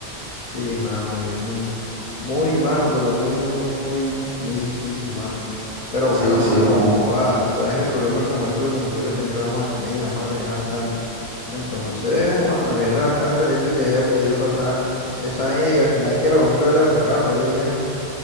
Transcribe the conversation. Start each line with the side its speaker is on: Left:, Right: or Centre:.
Left: Sí, mano, es muy, muy, mano, pero muy, muy, muy, muy, muy difícil, mano. Pero
Right: Sí,
Left: bueno, mano,
Right: sí, mano.
Left: joda, tú sabes que problemas como estos de consultorio siempre vamos a tener y vamos a tener bastante. Entonces, joda, me alegra bastante el hecho de que haya podido pasar esa vaina y al final que la consulta ya te la cerraron, ¿qué te dijeron?